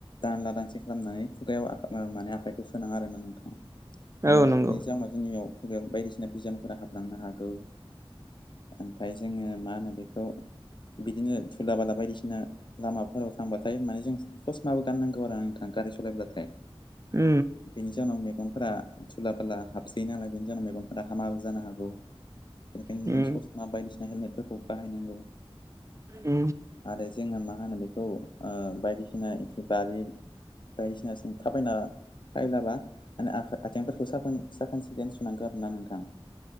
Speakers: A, on the left; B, on the right.
A: दानला दांसि खालामनानै खुगायाव माने आखाइखौ सोनाङा आरोना नोंथाङा। माने
B: औ नंगौ
A: बिनि जाहोनाव जोंनि बेयाव फग बायदिसिना बिजानुफोरा हाबलांनो हागौ। ओमफफ्राय जोङो मा होनो बेखौ बिदिनो धुला बला बायदिसिना। लामाफोराव थांबाथाय माने जों सर्स्ट माबो गाननांगौ आरो नोंथाङा गारि सालायब्लाथाय।
B: उ।
A: बेनि जाहनाव मेगनफोरा थुला बला हाबसै नालाय बेनि जाहनाव मेगनफोरा हामाबो जानो हागौ। बेनिखायनो
B: उम
A: जों ससमा बायदिसिना हेलमेटफोरखौ बाहायनांगौ।
B: ए।
A: आरो जोङो मा होनो बेखौ बायदिसिना ए बारि। बायदिसिनासिन थाबायना फायलाबा माने आथिेंफोरखौ साखोन साखोन सिखोन सुनांगौ आरोना नोंथां।